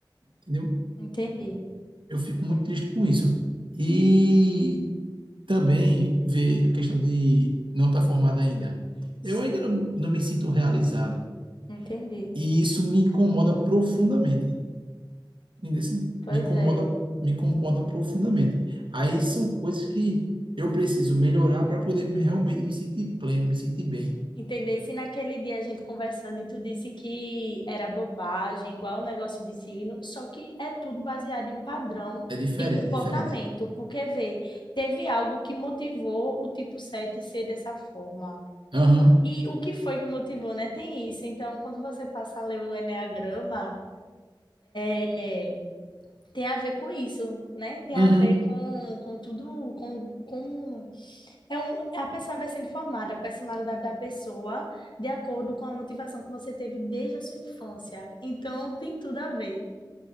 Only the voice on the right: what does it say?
entendeu?
Eu fico muito triste com isso. E também ver a questão de não estar formado ainda.
Eu ainda não, não me sinto realizado
e isso me incomoda profundamente. entendeu? Assim,
Me incomoda,
me incomoda profundamente. Aí são coisas que eu preciso melhorar para poder me- realmente me sentir pleno, me sentir bem.
É diferente,
é diferente.
Aham,
uhum.